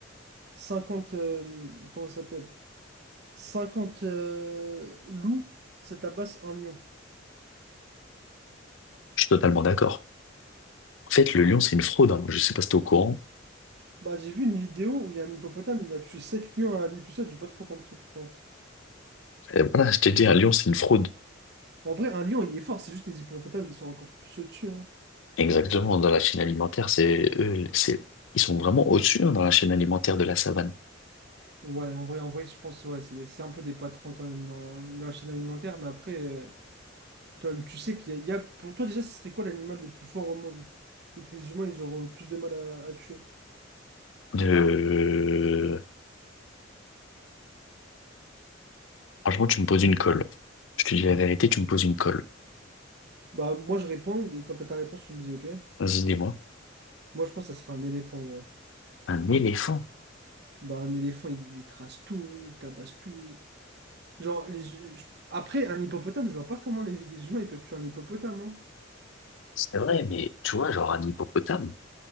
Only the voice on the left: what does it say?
Je suis totalement d'accord. En fait, le lion, c'est une fraude. hein. Je sais pas si t'es au courant.
Euh, voilà, je t'ai dit, un lion, c'est une fraude.
Exactement, dans la chaîne alimentaire, c'est eux, c'est, ils sont vraiment au-dessus hein, dans la chaîne alimentaire de la savane.
Euh, Franchement, tu me poses une colle. Je te dis la vérité, tu me poses une colle.
Vas-y, dis-moi.
Un éléphant,
c'est vrai, mais tu vois, genre un hippopotame,